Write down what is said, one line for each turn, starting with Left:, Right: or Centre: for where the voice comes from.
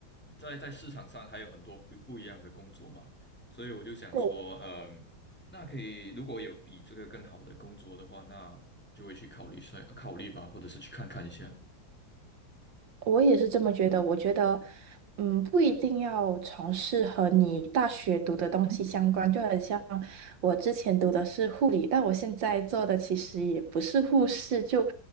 Centre: 在在市场上还有很多不不一样的工作嘛，所以我就想说，
Right: 对，
Centre: 嗯、那可以如果有比这个更好的工作的话，那就会去考虑一下考虑吧，或者是去看看一下。
Right: 我也是这么觉得。我觉得，嗯，不一定要从事和你大学读的东西相关，就很像我之前读的是护理，但我现在做的其实也不是护士，就